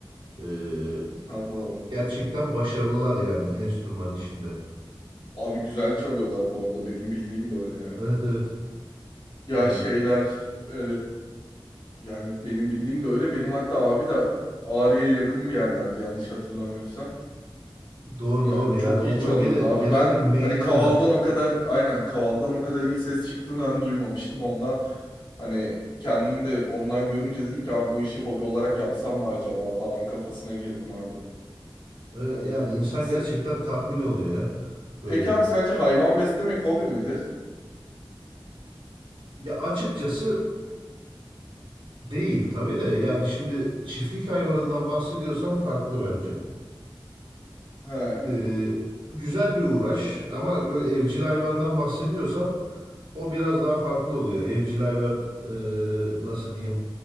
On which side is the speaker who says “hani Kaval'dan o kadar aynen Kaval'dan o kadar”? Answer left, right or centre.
Left